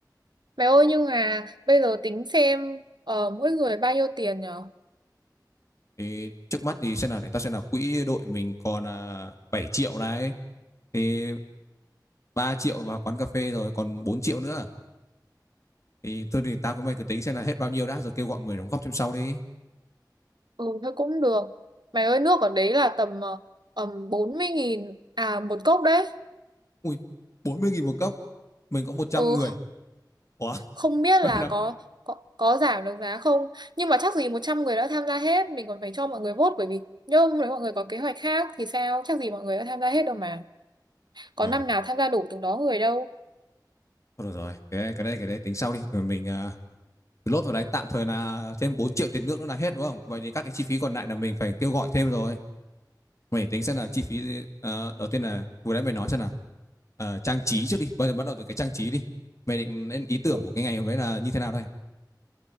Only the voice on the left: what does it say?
Thì trước mắt thì xem là để ta xem là quỹ đội mình còn à, 7 triệu này thì 3 triệu vào quán cà phê rồi còn 4 triệu nữa. Thì tôi thì tao cứ mày cứ tính xem là hết bao nhiêu đã rồi kêu gọi người đóng góp thêm sau đi.
Ui, bốn mươi nghìn một cốc. Mình có một trăm
người.
Ủa,
<laughs>
mày
nó
Ừ,
thôi được rồi. Cái cái đây cái đây tính sau đi. Rồi mình uh, lốt vào đấy tạm thời là thêm 4 triệu tiền nước nữa là hết đúng không? Vậy thì các cái chi phí còn lại là mình phải kêu gọi thêm rồi. Mày tính xem là chi phí ờ, đầu tiên là vừa nãy mày nói xem là ờ, trang trí trước đi. Bây giờ bắt đầu từ cái trang trí đi. Mày định lên ý tưởng
của cái ngày hôm đấy là như thế nào đây?